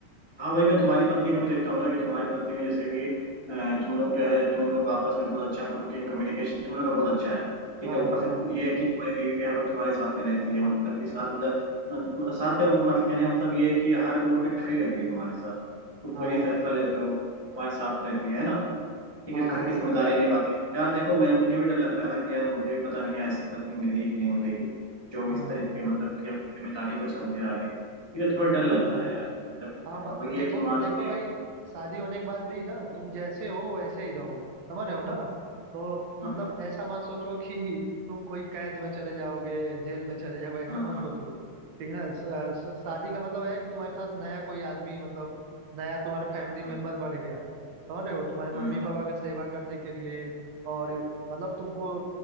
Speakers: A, on the left; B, on the right.
A: हाँ वही मैं तुम्हारी पत्नी को भी देखता हूँ ना कि तुम्हारी पत्नी में जैसे कि अ, तुम लोग जो है तुम लोग आपस में बहुत अच्छा मतलब कि कम्युनिकेशन तुम लोग का बहुत अच्छा है ठीक
B: हाँ
A: है ऊपर से
B: हाँ
A: ये है कि तुम्हारी बीवी भी हर वक्त तुम्हारे साथ में रहती है मतलब कि साथ मतलब मतलब साथ का मतलब कहने का मतलब ये है कि हर मोड़ पे खड़ी रहती है तुम्हारे साथ तुम कोई
B: हाँ
A: भी फैसला
B: तो
A: लेते हो तुम्हारे साथ रहती है ना ठीक
B: हाँ
A: है घर की जिम्मेदारी
B: तो
A: निभाती है यार देखो मैं मुझे भी डर लगता है ना कि यार मुझे भी पता नहीं है ऐसी पत्नी मिलेगी कि नहीं मिलेगी जो इस
B: हाँ
A: तरीके मतलब कि अपनी जिम्मेदारी को समझे आगे ठीक है थोड़ा डर लगता
B: हाँ
A: है यार मतलब कि
B: हाँ बा-
A: अब वही
B: देखो
A: है कि मान
B: देखो
A: लो कि
B: भाई शादी होने के बाद भी ना तुम जैसे हो वैसे ही रहोगे समझ रहे हो ना तो मतलब
A: हाँ
B: ऐसा मत सोचो कि तुम कोई कैद में चले जाओगे जेल में चले जाओगे ऐसा
A: हाँ
B: मत
A: हाँ
B: सोचो ठीक ना श- श- शादी का मतलब है कि तुम्हारे साथ नया कोई आदमी मतलब नया तुम्हारा फैमिली
A: हाँ
B: मेंबर बढ़ गया समझ रहे हो तुम्हारे
A: हाँ
B: मम्मी पापा का सेवा करने के लिए और मतलब तुमको